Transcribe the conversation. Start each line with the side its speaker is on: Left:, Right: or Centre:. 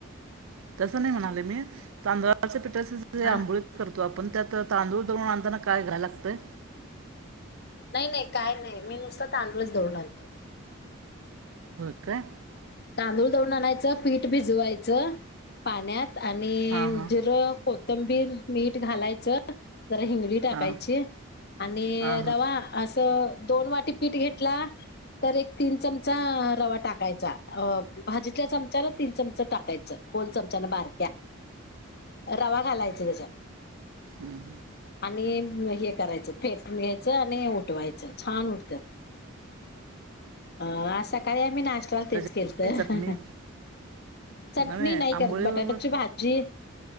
Right: तस नाही म्हणाले मी तांदळाच्या पिठाचे
Left: हा
Right: आंबोळी करतो. आपण त्यात तांदूळ दळून आणताना काय घ्यायला लागतय.
Left: नाही नाही काय नाही मी नुसत तांदूळच दडणार आणतो.
Right: हो का.
Left: तांदूळ दळुन आणायचं पीठ भिजवायचं पाण्यात. आणि
Right: हां हां
Left: जिर, कोथंबीर, मीठ घालायचं. जरा हिंगडी टाकायची
Right: हां
Left: आणि
Right: हां हां
Left: रवा अस दोन वाटी पीठ घेतला तर एक तीन चमचा रवा टाकायचा. अ भाजीतल्या चमचाला तीन चमच टाकायचं दोन चमचा बार. रवा घालायच त्याच्यात.
Right: हम्म.
Left: आणि हे करायचं फेटून घ्यायचं आणि उठवायचं छान उठतात. अ आज सकाळी आम्ही नाष्टयाला
Right: त्याच्यात
Left: तेच केलंत.
Right: चटणी
Left: चटणी
Right: नव्हे
Left: नाही
Right: आंबोळीबरोबर
Left: करत बटाट्याची भाजी.